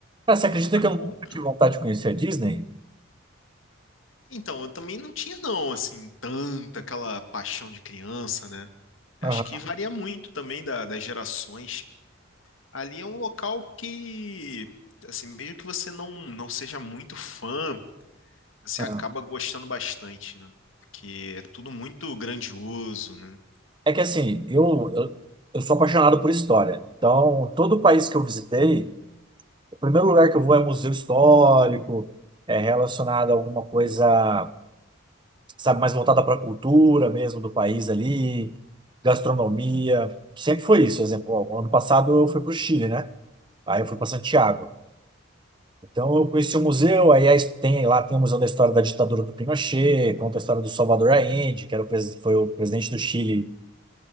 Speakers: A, on the right; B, on the left.
A: Cara, você acredita
B: A
A: que eu
B: compra.
A: nunca tive vontade de conhecer a Disney?
B: Então, eu também não tinha, não, assim, tanta aquela paixão de criança, né? Acho
A: Ah.
B: que varia muito também da- das gerações. Ali é um local que, assim, mesmo que você não, não seja muito fã, você
A: Ah.
B: acaba gostando bastante, né? Porque é tudo muito grandioso, né?
A: É que assim, eu, eu, eu sou apaixonado por história. Então, todo país que eu visitei, o primeiro lugar que eu vou é museu histórico, é relacionado a alguma coisa sabe, mais voltada para a cultura mesmo do país ali, gastronomia. Sempre foi isso. Exemplo, ó, ano passado eu fui para o Chile, né? Aí eu fui para Santiago. Então eu conheci o museu, aí é a his- tem lá tem o Museu da História da Ditadura do Pinochet, conta a história do Salvador Allende, que era o, pres- foi o presidente do Chile